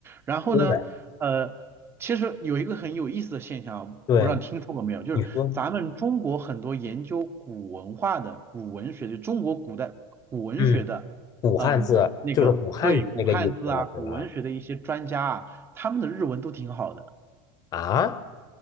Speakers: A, on the right; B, on the left.
A: 然后呢，
B: 对
A: 呃，其实有一个很有意思的现象啊，
B: 对，
A: 不知道你听说过没有，就是咱们中国很多研究古文化的、
B: 你说，
A: 古文学的，中国古代古文学的，
B: 嗯。古汉字就是古汉语那个意思了，
A: 呃，那个对古汉字啊、古文学的一些专家啊，
B: 对吧？
A: 他们的日文都挺好的。
B: 啊，